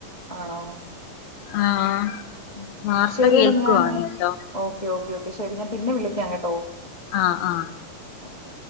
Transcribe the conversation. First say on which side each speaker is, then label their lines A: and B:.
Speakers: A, on the left (about 60°); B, on the left (about 85°).
A: ആണോ
B: ആഹ്
A: ഉം
B: വാർത്ത
A: ശരിയെടാ
B: കേൾക്കുവാണുട്ടോ
A: ഞാനേ ഓക്കെ ഓക്കേ ഓക്കെ ശരി ഞാൻ പിന്നെ വിളിക്കാം കേട്ടോ
B: ആഹ് ആഹ്
A: ഓക്കെ